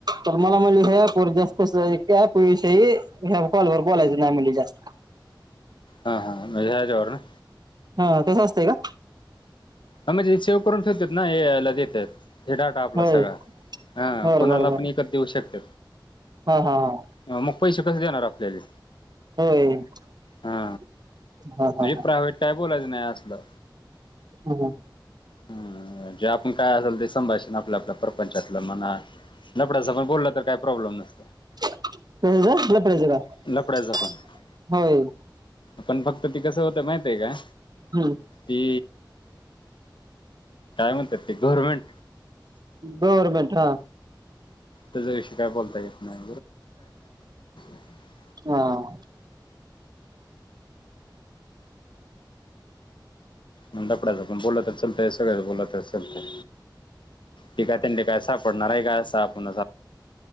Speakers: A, on the right (about 55°); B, on the left (about 75°).
A: तर मला म्हणली मग अँप वर जास्त अस विषय कॉलवर बोलायचं नाइ म्हणली जास्त
B: हा हा म हे <unintelligible> ना
A: हा तसं असतंय का?
B: ह म्हणजे सेव करून ठेवत्यात ऐ आय ला देत्यात. हे डाटा आपला
A: होय
B: सगळा हं
A: बर
B: कोणाला
A: बर
B: आपण
A: बर
B: ऐकत देऊ शकत.
A: हा हा हा
B: अ मग पैसे कसे देणार आपल्याले
A: <inaudible>
B: हा
A: हा हा
B: म्हणजे प्रायव्हेट काय बोलायचं नाइ असलं
A: हम्म.
B: हम्म जे आपण काय असेल ते संभाषण आपलं आपलं सरपंच्यातल म्हणा लफड्याचं पण बोल तर काय प्रॉब्लेम नाइ.
A: होय काय लफड्याचा काय का
B: लफड्याचा पण
A: होय
B: पण फक्त ती कसं होतं माहितीय काय
A: हम्
B: ती म्हणत्यात ती गव्हर्मेंट
A: गव्हर्मेंट हा
B: तेजाविषयी काय बोलता येत नाइ <unintelligible>
A: हा आ.
B: म लफड्याचं पण बोल तर चालतय आणि सगळ्याच बोलतर चालतय ते काय त्यांन काय सापडणार हाय काय अस आपण <unintelligible>